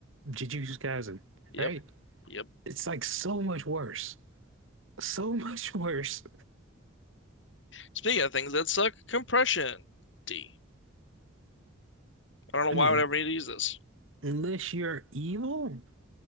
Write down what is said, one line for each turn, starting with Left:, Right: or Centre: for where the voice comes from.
Right: Jujutsu Kaisen,
Left: Yep,
Right: right?
Left: yep.
Right: It's like so much worse. So <laughs> much worse.
Left: Speaking of things that suck, compression. D. I don't know
Right: I
Left: why
Right: mean,
Left: I would ever need to use this.
Right: unless you're evil.